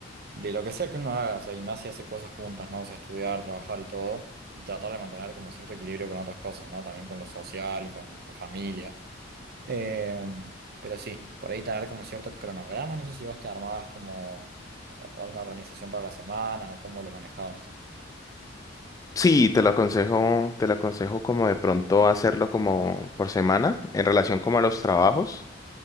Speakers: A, on the right; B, on the left.
A: de lo que sea que uno haga, o sea, y más si hace cosas juntas, ¿no? O sea, estudiar, trabajar y todo, y tratar de mantener como cierto equilibrio con otras cosas, ¿no? También con lo social, con la familia. Eh, pero sí, por ahí tener como cierto cronograma, no sé si vos te armabas como o- una organización para la semana o cómo lo manejabas.
B: Sí, te lo aconsejo, te lo aconsejo como de pronto hacerlo como por semana, en relación como a los trabajos